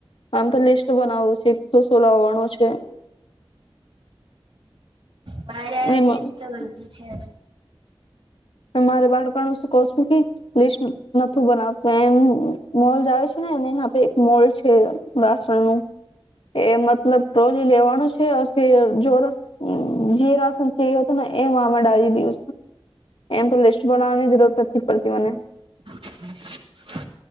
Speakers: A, on the left; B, on the right.
A: હ આમ તો લિસ્ટ બનાવું છે એકસો સો લાવવાનો છે
B: બારે આવે
A: એમાં
B: લિસ્ટ તો બું છે
A: મારે બાળપણ શું કઈ શું નઈ લિસ્ટ નાથુ બનાવતું એમ મોલ જ આવે છે ને એે એક મોલ છે રાસણ નું એ મતલબ ટ્રોલી લેવાનું છે જો જે રાસન હતું ને એમે ડળી દું એમ તો લિસ્ટ બનાવાની જરૂર નથી પડતી મને
B: હમ